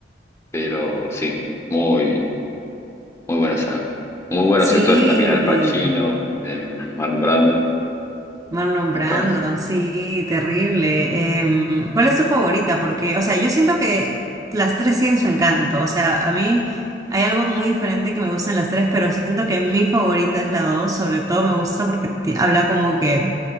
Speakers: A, on the left; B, on the right.
A: pero sí, muy, muy buena saga. Muy buenos
B: Sí.
A: actores también, Al Pacino, eh, Marlon Brando,
B: Marlon
A: actores.
B: Brandon, sí, terrible. Em, ¿cuál es tu favorita? Porque, o sea, yo siento que las tres tienen su encanto. O sea, a mí hay algo muy diferente que me gustan las tres, pero siento que mi favorita es la dos. Sobre todo me gusta porque ti- habla como que,